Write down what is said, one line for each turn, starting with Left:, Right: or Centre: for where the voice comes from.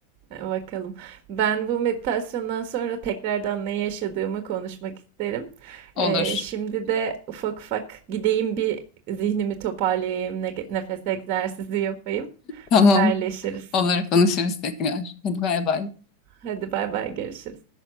Right: e, bakalım. Ben bu meditasyondan sonra tekrardan ne yaşadığımı konuşmak isterim.
Left: <laughs>
Right: Ee,
Left: Olur.
Right: şimdi de ufak ufak gideyim bir zihnimi toparlayayım, ne- nefes egzersizi yapayım.
Left: Tamam.
Right: Haberleşiriz.
Left: Olur konuşuruz tekrar. Hadi bay bay.
Right: Hadi bay bay görüşürüz.